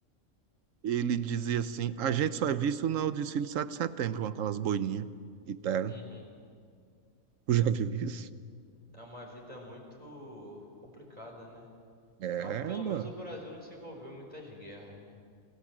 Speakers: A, on the right (about 70°); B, on the right (about 25°).
A: Ele dizia assim: a gente só é visto no desfile de 7 de setembro com aquelas boininhas e terno.
B: Uhum.
A: Tu já viu isso?
B: É uma vida muito complicada, né?
A: É,
B: Ah, pelo
A: mano,
B: menos o Brasil não se envolveu em muitas guerras, né?